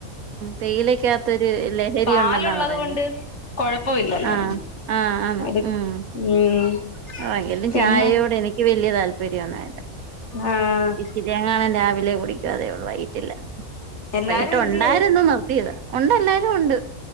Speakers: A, on the right; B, on the left.
A: തേയിലക്കാത്തൊരു ലഹരി
B: പാലുള്ളത്
A: ഉണ്ടെന്നാ പറയുന്നത്
B: കൊണ്ട് കൊഴപ്പവില്ലല്ലോ
A: ആഹ ആഹ് ആ
B: അത്
A: ഉം
B: ഉം
A: ആ എയങ്കലും
B: പിന്നെ
A: ചായയോടെ എനിക്ക് വല്ിയ താല്പര്യം ഒന്നുംല്ല
B: ആഹ്
A: ഇച്ചിരി കാൻ രാവിലെ കുടിക്കും അതേോള്ളൂ വൈകട്ടില്ല
B: എല്ലാരും
A: വൈകട്ട്
B: എന്തിയേ
A: ഉണ്ടായിരരുന്നുോ നോക്കത് ഉണ്ട് എല്ലാരും ഉണ്ട്